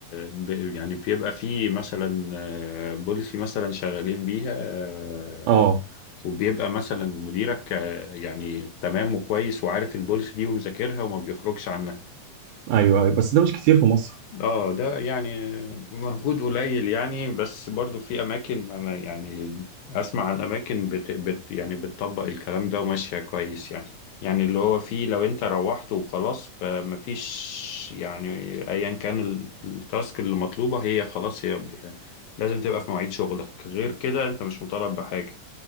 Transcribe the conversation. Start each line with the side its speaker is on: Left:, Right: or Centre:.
Left: ب- يعني بيبقى في مثلا آه، بوليسي مثلا شغالين بيها آه،
Right: اه
Left: وبيبقى مثلا مديرك آه، يعني تمام وكويس وعارف البوليسي دي ومذاكرها وما بيخرجش عنها
Right: ايوه ايوه بس ده مش كتير في مصر
Left: اه ده يعني مجهود قليل يعني بس برضو في اماكن انا يعني اسمع عن اماكن بت بت يعني بتطبق الكلام ده وماشيه كويس يعني يعني اللي هو فيه لو انت روحت وخلاص فمفيش يعني ايا كان ال- التاسك اللي مطلوبه هي خلاص هي هي لازم تبقى في مواعيد شغلك غير كده انت مش مطالب بحاجه